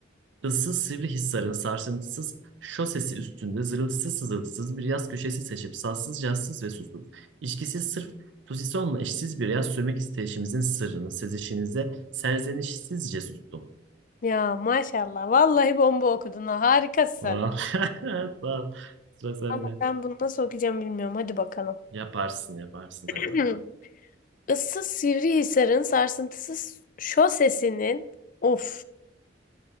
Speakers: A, on the right (about 75°); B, on the left (about 45°).
A: Issız Sivrihisar'ın sarsıntısız şosesi üstünde zırıltısız sızıltısız bir yaz köşesi seçip sassız cazsız ve susuz, içkisiz sırf Tusison'la eşsiz bir yaz sürmek isteyişimizin sırrını sezişinize serzenişsizce sustum.
B: Ya maşallah. Vallahi bomba okudun ha. Harikasın.
A: Vah. <laughs> Tamam. Sıra sende.
B: Ama ben bunu nasıl okuyacağım bilmiyorum. Hadi bakalım.
A: Yaparsın yaparsın
B: <clears throat>
A: hadi bakalım.
B: Issız Sivrihisar'ın sarsıntısız şosesinin of